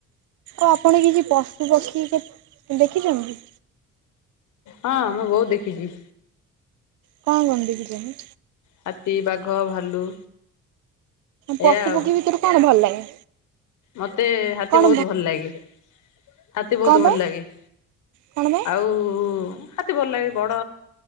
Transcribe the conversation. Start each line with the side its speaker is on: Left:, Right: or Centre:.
Right: ଆଉ ଆପଣ କିଛି ପଶୁ ପକ୍ଷୀକି ଦେଖିଛନ୍ତି?
Left: ହଁ ମୁଁ ବହୁତ ଦେଖିଛି।
Right: କଣ କଣ ଦେଖିଛ ଯେ
Left: ହାତୀ ବାଘ ଭାଲୁ।
Right: ପଶୁ
Left: ଏଇଆ ଆଉ
Right: ପକ୍ଷୀ ଭିତରୁ କଣ ଭଲ ଲାଗେ?
Left: ମତେ ହାତୀ
Right: କଣ
Left: ବହୁତ ଭଲ ଲାଗେ ହାତୀ ବହୁତ
Right: କଣ ପାଇଁ
Left: ଭଲ ଲାଗେ?
Right: କଣ ପାଇଁ?
Left: ଆଉ ହା ଭଲ ଲାଗେ ବଡ